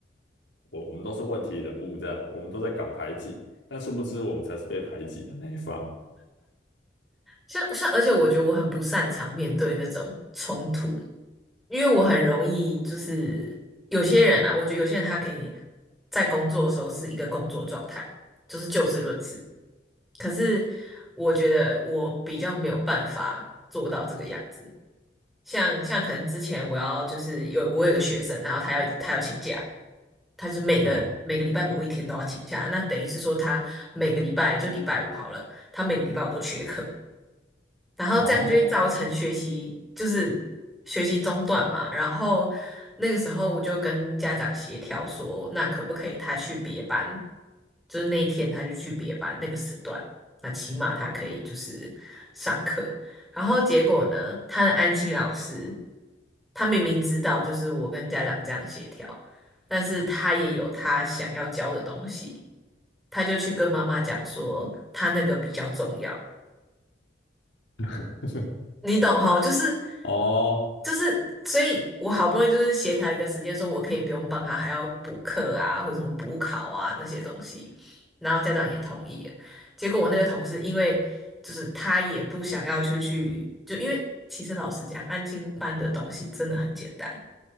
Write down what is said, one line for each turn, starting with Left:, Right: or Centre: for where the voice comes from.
Left: 我我们都是问题人物，这样我们都在搞排挤，但殊不知我们才是被排挤的那一方。
Centre: 像像，而且我觉得我很不擅长面对那种冲突，因为我很容易就是有些人啊，我觉得有些人他可以在工作的时候是一个工作状态，就是就事论事。可是我觉得我比较没有办法做到这个样子。像像可能之前我要就是有我有个学生，然后他要一直他要请假，他是每个每个礼拜某一天都要请假，
Left: 嗯，
Centre: 那等于是说他每个礼拜就礼拜五好了，他每个礼拜我都缺课，然后这样就会造成学习就是学习中断嘛。
Left: 哦，
Centre: 然后那个时候我就跟家长协调说，那可不可以他去别班？就是那一天他就去别班那个时段，那起码他可以就是上课。然后结果呢，他的安亲老师，他明明知道就是我跟家长这样协调，但是他也有他想要教的东西，他就去跟妈妈讲说他那个比较重要。
Left: <laughs>
Centre: 你懂哈，就是
Left: 哦，
Centre: 就是，所以我好不容易就是协调一个时间，说我可以不用帮他，还要补课啊，或者什么补考啊那些东西，然后家长也同意了结果我那个同事，因为就是他也不想要出去，就因为其实老实讲，安亲班的东西真的很简单，